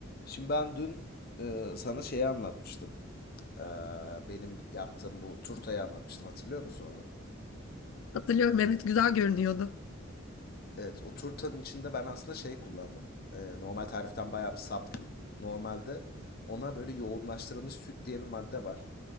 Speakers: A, on the left; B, on the left.
A: Şimdi ben dün e, sana şeyi anlatmıştım. E, benim yaptığım bu turtayı anlatmıştım. Hatırlıyor musun onu?
B: Hatırlıyorum evet güzel görünüyordu.
A: Evet, o turtanın içinde ben aslında şey kullandım. E, normal tariften bayağı bir saptım. Normalde ona böyle yoğunlaştırılmış süt diye bir madde var.